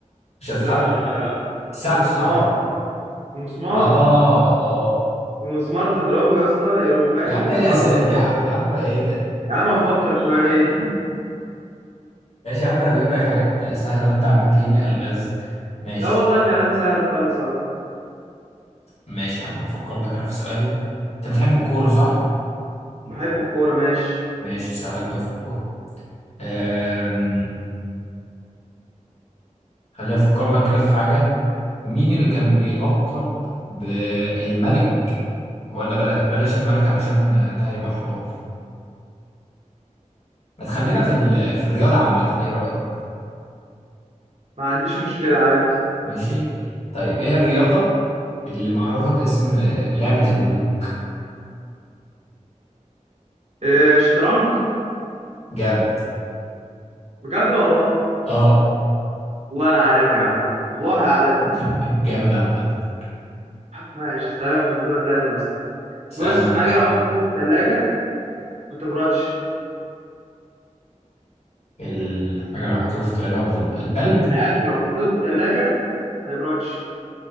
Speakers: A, on the left (about 55°); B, on the right (about 55°).
A: مش هتتحرك
B: لا لا لا
A: الساعة
B: المسمار
A: بتتحرك
B: المسمار
A: اه اه
B: المسمار تضربه يا اسطى يروح ماشي
A: يا عم ايه
B: متحرك
A: الاسئله دي يا عم يا عم ايه ده
B: يا عم افكر شويه <laughs>
A: ماشي يا عم انا بجيب لك حاجات سهله وانت عمال تجيب لي الغاز ماشي
B: لا والله كلام سهل خالص اهو
A: ماشي يا عم افكر لك انا في سؤال انت بتحب الكوره صح
B: بحب الكوره ماشي
A: ماشي اسالك بقى في الكوره أم... خليني افكر لك كده في حاجه مين اللي كان بيلقب بالملك ولا بلاش بلاش الملك علشان ده هيبقى حوار ما تخلينا في ال... في الرياضه عامه ايه رايك
B: ما عنديش مشكله عادي
A: ماشي طيب ايه الرياضه اللي معروفه باسم لعبه الملوك
B: إيه شطرنج
A: جامد
B: بجد والله
A: اه
B: والله انا عالمي يا عم والله عالمي
A: <laughs> جامد عامة
B: ماشي اسالك فزوره تانية اصلا
A: اسألني
B: بص
A: ماشي
B: حاجه لو حطيتها في الثلاجه ما تبردش
A: الحاجة لو حطيتها في التلاجة ما بتبرد التلج
B: انا اكل لو حطيته في الثلاجه ما يبردش